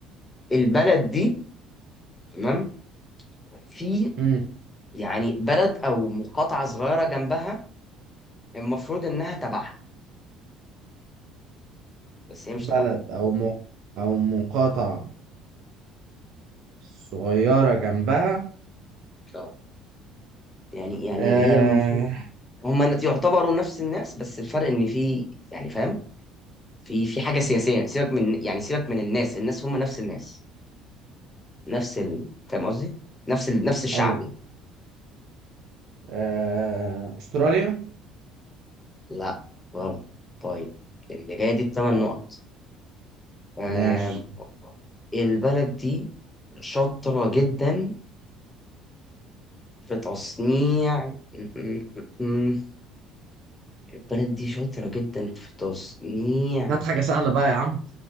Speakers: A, on the left; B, on the right.
A: البلد دي تمام في
B: مم.
A: يعني بلد او مقاطعه صغيره جنبها المفروض انها تبعها بس هي
B: بلد
A: مش تبعها
B: أو م... أو مقاطعة صغيرة جنبها
A: ان شاء الله يعني يعني
B: آه...
A: هي المفروض هم يعتبروا نفس الناس بس الفرق ان في يعني فاهم في في حاجه سياسيه سيبك من يعني سيبك من الناس الناس هم نفس الناس نفس ال... فاهم قصدي؟ نفس ال... نفس الشعب
B: أيوه
A: يعني
B: آه... أستراليا
A: لا غلط طيب الجاية دي بثمان
B: آه،
A: نقط آم،
B: ماشي
A: البلد دي شاطرة جدا في تصنيع م- م- م- البلد دي شاطرة جدا في تصنيع
B: هات حاجة سهلة بقى يا عم